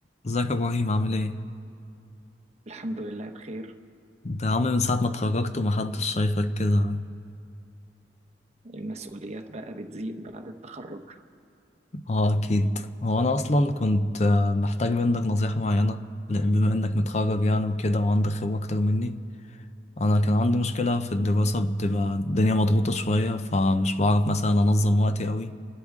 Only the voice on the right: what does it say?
الحمد لله بخير
المسؤوليات بقى بتزيد بعد التخرج